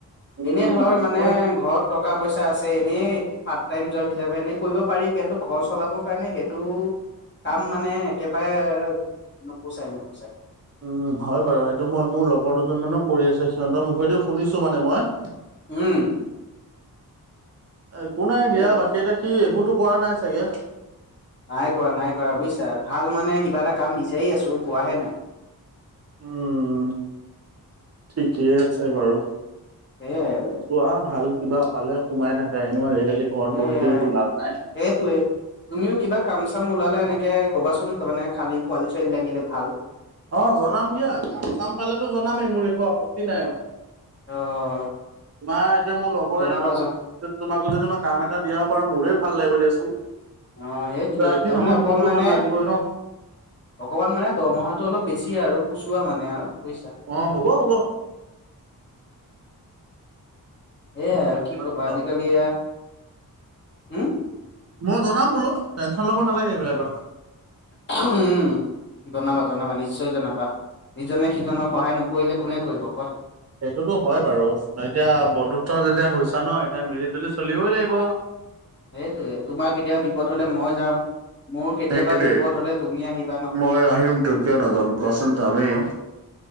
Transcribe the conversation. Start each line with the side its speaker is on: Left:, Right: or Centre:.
Right: উম,
Left: এনেই ধৰ মানে
Right: মই
Left: ঘৰতকা টকা-পইচা আছে এনেই পাৰ্টটাইম জব হিচাপে এনে কৰিব পাৰি কিন্তু ঘৰ চলাব মানে সেইটো কাম মানে একেবাৰে নপোচাই ন'
Right: উম হয় বাৰু সেইটো মই মোৰ লগৰ দুজনমানো কৰি আছে সিহতৰ মুখেদিও শুনিছো মানে মই
Left: উম
Right: একো নাই দিয়া
Left: এয়া
Right: বাকী এটা কি একোতো কৰা নাই চাগে
Left: নাই কৰা নাই কৰা বুজিছা ভাল মানে কিবা এটা কাম বিচাৰি আছো পোৱাহে নাই।
Right: উম ঠিকেই আছে বাৰু।
Left: সেইয়াই আৰু
Right: চোৱা ভাল কিবা পালে সোমাই থাকা এনেও আজিকালি ঘৰত বহিতো
Left: এয়াই
Right: একো লাভ নাই
Left: সেইটোৱে তুমিও কিবা কাম চাম ওলালে সেনেকে ক'বাচোন তাৰমানে খালি পোৱালি চোৱালি লাগিলে ভাল
Right: অ', জনাম দিয়া কাম চাম পালেতো জনামেই মোৰ একো আপত্তি নাই মানে
Left: অ',
Right: তোমাৰ এতিয়া মোৰ লগৰে
Left: জনাবা
Right: ন
Left: জন
Right: তোমাকো যদি মই কাম এটা দিয়া পাৰো মোৰে ভাল লাগিব দিয়াচোন।
Left: অ', সেইটোৱে
Right: যাক যি
Left: তাৰমানে
Right: নহওক
Left: অকণ
Right: মোৰতো
Left: মানে
Right: ভাল লাগিবই ন
Left: অকমান মানে দৰমহাটো অলপ বেছি আৰু পুচোৱা মানে আৰু বুজিছা।
Right: অ', হ'ব-হ'ব।
Left: এয়া আৰু কি ক'বা
Right: জনাম
Left: আজিকালি এয়া হম
Right: মই জনাম বোলো টেনচন ল'ব নালাগে এইবিলাকত
Left: উম জনাবা জনাবা নিশ্চয় জনাবা। ইজনে সিজনক সহায় নকৰিলে কোনে কৰিব কোৱা।
Right: সেইটোতো হয় বাৰু এতিয়া বন্ধুত্ব যেতিয়া হৈছো ন', এতিয়া মিলি জুলি চলিবই লাগিব।
Left: সেইটোৱে তোমাৰ কেতিয়াবা বিপদ হ'লে মই যাম মোৰ কেতিয়াবা
Right: সেইটোৱে
Left: বিপদ হ'লে তুমি আহিবা ন
Right: মই আহিম তো কিয়
Left: উম
Right: নাযাম কোৱাচোন যামেই